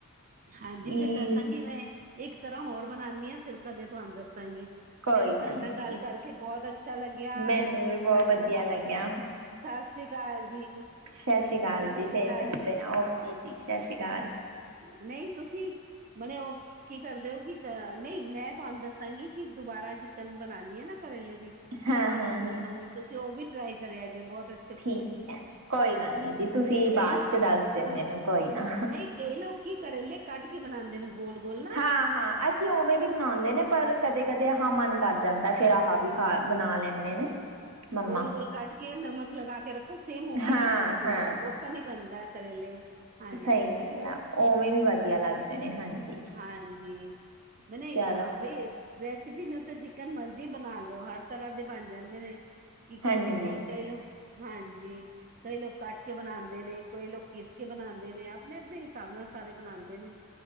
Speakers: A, on the right (about 35°); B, on the right (about 85°).
A: ਹਾਂਜੀ, ਫਿਰ
B: ਈ
A: ਦੱਸਾਂਗੀ ਮੈਂ ਇੱਕ ਤਰ੍ਹਾਂ ਹੋਰ ਬਣਾਨੀ ਆਂ, ਫਿਰ ਕਦੇ ਤੁਆਂਨ ਦੱਸਾਂਗੀ।
B: ਕੋਈ
A: ਚਲੋ,
B: ਗੱਲ
A: ਤੁਆਡੇ ਨਾਲ
B: ਨਹੀਂ
A: ਕਾਲ
B: ਜੀ
A: ਕਰਕੇ ਬੋਤ ਅੱਛਾ ਲੱਗਿਆ
B: ਮੈਨੂੰ
A: ਚਲੋ,
B: ਵੀ ਬਹੁਤ
A: ਥੈਂਕ
B: ਵਧੀਆ ਲੱਗਿਆ
A: ਸਸ੍ਰੀ ਅਕਾਲ ਜੀ। ਸਤਿ
B: ਸ਼ਸ਼ੀਕਾਲ ਜੀ,
A: ਸ੍ਰੀ
B: ਫੇਰ
A: ਅਕਾਲ
B: ਕਰਦੇ ਆ, ਓਕੇ ਜੀ ਸ਼ਸ਼ੀ ਕਾਲ।
A: ਨਈਂ, ਤੁਸੀਂ ਬਣੇ ਓ ਕੀ ਕਰਦੇ ਓ, ਕਿ ਅ ਨਈਂ ਮੈਂ ਤੁਆਂਨ ਦੱਸਾਂਗੀ ਕਿ ਦੁਬਾਰਾ ਜੀਕਨ ਬਨਾਨੀ ਏਨਾ ਕਰੇਲੇ ਦੀ
B: ਹਾਂ
A: ਤੁਆਂਨੂੰ
B: ਹਾਂ
A: ਓ ਦੱਸਾਂਗੀ।
B: ਹਾਂ
A: ਤੁਸੀਂ ਓ ਵੀ ਟ੍ਰਾਈ ਕਰਿਆ ਜੇ ਬੋਤ ਅ
B: ਠੀਕ ਐ ਕੋਈ ਗੱਲ ਨੀ ਜੀ ਤੁਸੀਂ
A: ਕਈ
B: ਬਾਦ
A: ਲੋਕ
B: ਚ ਦੱਸ ਦੇਓ ਮੈਨੂੰ ਕੋਈ ਨਾ।
A: ਨਹੀਂ ਕਈ ਲੋਕੀ ਕਰੇਲੇ ਕੱਟ ਕੇ ਬਨਾਂਦੇ ਨੇ ਗੋਲ-ਗੋਲ ਨਾ।
B: ਹਾਂ ਹਾਂ ਅਸੀਂ ਓਵੇਂ ਵੀ ਬਨਾਂਦੇ ਨੇ ਪਰ ਕਦੇ ਕਦੇ ਆਹ ਮਨ ਕਰ ਜਾਂਦਾ, ਫੇਰ ਆਹ ਵੀ ਖਾ ਬਨਾਂ ਲੈਂਦੇ ਨੇ। ਮੰਮਾ
A: ਗੋਲ-ਗੋਲ ਕੱਟ ਕੇ ਨਮਕ ਲਗਾ ਕੇ ਰੱਖੋ, ਸੇਮ ਓਕਨ
B: ਹਾਂ
A: ਈ ਪ੍ਰੋਸਿਜਰ
B: ਹਾਂ
A: ਈ ਬਣਦਾ ਕਰੇਲੇ। ਹਾਂਜੀ
B: ਸਈ ਗੱਲ ਐ, ਓਵੇਂ ਵੀ ਵਧੀਆ ਲੱਗਦੇ ਨੇ, ਹਾਂਜੀ।
A: ਹਾਂਜੀ, <unintelligible>
B: ਚਲੋ
A: ਰੈਸਪੀ ਨੂੰ ਤਾਂ ਜੀਕਨ ਮਰਜ਼ੀ ਬਨਾ ਲੋ, ਹਰ ਤਰਾਂ ਦੇ ਬਣ ਜਾਂਦੇ ਨੇ। ਕਿਕਨ
B: ਹਾਂਜੀ
A: ਜੀ ਬੋਤ ਸਟਾਈਲ ਹੁੰ, ਹਾਂਜੀ। ਕਈ ਲੋਕ ਕੱਟ ਕੇ ਬਨਾਂਦੇ ਨੇ, ਕਈ ਲੋਕ ਚੀਰ ਕੇ ਬਨਾਂਦੇ ਨੇ ਅਪਨੇ-ਅਪਨੇ ਹਿਸਾਬ ਨਾਲ ਸਾਰੇ ਬਨਾਂਦੇ ਨੇ।